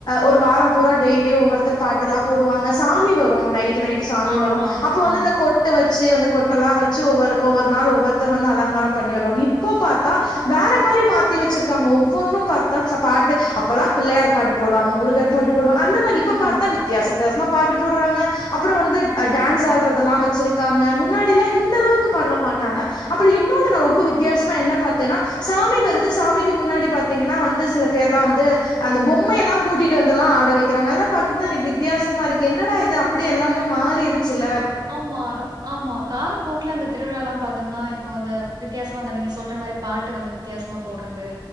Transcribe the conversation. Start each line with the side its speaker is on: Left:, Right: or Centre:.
Left: ஒரு வாரம் பூரா டெய்லியு ஒவ்வோருத்தரு பாட்டெல்லா போடுவாங்க சாமி வரோ நைட்டு நைட் சாமி
Right: ஆமா,
Left: வரோ அப்ப வந்து
Right: ஆமா.
Left: இந்த கொட் டு வெச்சு அந்த கொட்டெல்லா வெச்சு ஒவ்வோரு ஒவ்வோரு நாள் ஒவ்வோர்த்தர் வந்து அலங்காரோ பண்ணி வருவாங்க இப்போ பாத்தா வேற மாரி மாத்தி வெச்சிருக்காங்க ஒவ்வொன்னோ பாத்தா பாட்டு அப்பெல்லா பிள்ளையார் பாட்டு போடுவாங்க முருகர் பாட்டு போடுவாங்க அந்த மாரி
Right: ம்.
Left: இப்ப பாத்தா வித்தியாச வித்தியசமா பாட்டு போடுறாங்க அப்புறோ வந்து டான்ஸ் ஆடுறதெல்லா வச்சிருக்காங்க முன்னாடில்லா இந்த அளவுக்கு பண்ண மாட்டாங்க அப்புறோ இன்னொனு நா ரொம்ப வித்தியாச மா என்ன பாத்தேன்னா சாமி வருது சாமிக்கி முன்னாடி பாத்தீங்கன்னா வந்து சில பேர்ல்லா வந்து அந்த பொம்மையெல்லா கூட்டிட்டு வந்துல்லா ஆட வைக்கிறாங்க எல்லாம் பாக்கும் போது எனக்கு வித்தியாசமா இருக்கு என்னடா இது அப் ப்டி எல்லாமே மாறிருச்சுல்ல
Right: ஆமா ன ஆமா காலப்போக்குல அந்த திருவிழாலா பாத்தோம்னா இப்போ அந்த வித்தியாசமா அந்த நீங்க சொல்ற மாரி பாட்டு வந்து வித் வித்தியாசமா போட்றது